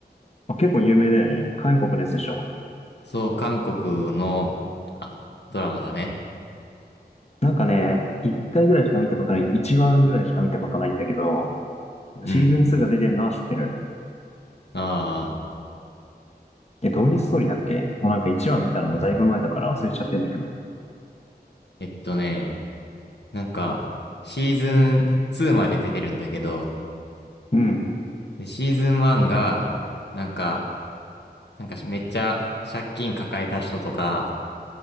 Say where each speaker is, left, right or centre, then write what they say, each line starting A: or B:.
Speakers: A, on the left (about 40°); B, on the left (about 90°).
A: あ結構有名だよね。韓国のやつでしょ。
B: そう、韓国の、あ、ドラマだね。
A: なんかね、1回ぐらいしか見たことない、1話ぐらいしか見たことないんだけど、
B: うん。
A: シーズン2が出てるのは知ってる。
B: ああ、
A: え、どういうストーリーだっけもうなんか1話見たのもだいぶ前だから忘れちゃってんだけど。
B: えっとね、なんか、シーズン2まで出てるんだけど、
A: うん。
B: で、シーズン1が、なんか、なんかめっちゃ借金抱えた人とか、